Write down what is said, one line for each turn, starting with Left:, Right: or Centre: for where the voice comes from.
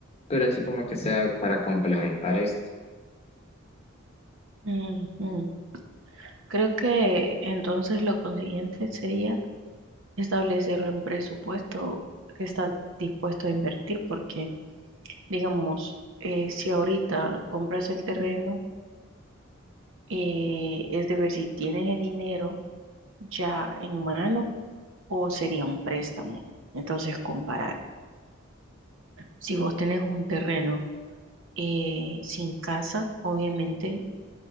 Left: pero así como que sea para complementar esto.
Right: Ujú. Creo que entonces lo consiguiente sería establecer un presupuesto que estás dispuesto a invertir porque, digamos, eh, si ahorita compras el terreno, eh, es de ver si tienes el dinero ya en mano o sería un préstamo. Entonces, comparar. Si vos tenés un terreno eh, sin casa, obviamente,